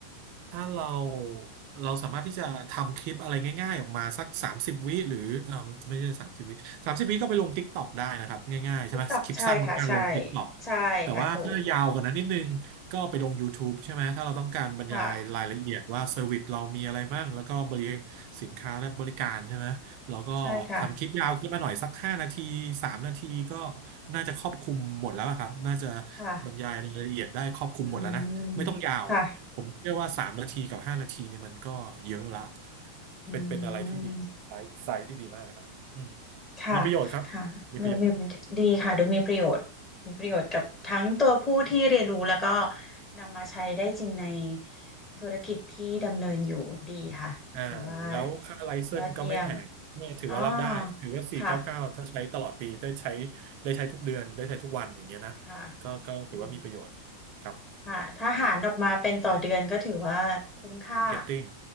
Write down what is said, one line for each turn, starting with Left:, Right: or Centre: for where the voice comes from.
Right: ถ้าเราเราสามารถที่จะทำคลิปอะไรง่ายๆออกมาสักสามสิบวิหรือเออไม่ใช่สามสิบวิสามสิบวิก็ไปลง TikTok ได้นะครับง่ายๆใช่ไหมคลิปสั้นบางการลง
Left: TikTok ใช่ค่ะใช่
Right: TikTok
Left: ใช่ค่ะถูก
Right: แต่ว่าถ้ายาวกว่านั้นนิดนึงก็ไปลง YouTube ใช่ไหมถ้าเราต้องการบรรยายรายละเอียดว่าเซอร์วิสเรามีอะไรมั่งแล้วก็บริ
Left: ค่ะ
Right: สินค้าและบริการใช่ไหมเราก็ทำคลิปยาวขึ้นมาหน่อยสักห้านาทีสามนาทีก็
Left: ใช่ค่ะ
Right: น่าจะครอบคลุมหมดแล้วอะครับน่าจะ
Left: ค่ะ
Right: บรรยายรายละเอียดได้ครอบคลุมหมดแล้วนะไม่ต้องยาว
Left: อืมค่ะ
Right: ผมเชื่อว่าสามนาทีกับห้านาทีเนี่ยมันก็เยอะละ
Left: อืม
Right: เป็นเป็นอะไรที่ดีไซส์ไซส์ที่ดีมากครับอืม
Left: ค่ะค่ะดูมี
Right: มีประโยชน์ครับมีประโยชน์
Left: ดีค่ะดูมีประโยชน์มีประโยชน์กับทั้งตัวผู้ที่เรียนรู้แล้วก็นำมาใช้ได้จริงในธุรกิจที่ดำเนินอยู่ดีค่ะถือว่า
Right: อ่าแล้วค่าไลเซนส์ก็ไม่แพงไม่ถือว่ารับได้ถือว่าสี่เก้าเก้าถ้าใช้ตลอดปีได้ใช้
Left: ยอดเยี่ยมอ๋อค่ะ
Right: ได้ใช้ทุกเดือนได้ใช้ทุกวันอย่างเงี้ยนะก็ก็ถือว่ามีประโยชน์ครับ
Left: ค่ะอืม ค่ะถ้าหารออกมาเป็นต่อเดือนก็ถือว่าคุ้มค่า
Right: ใน marketing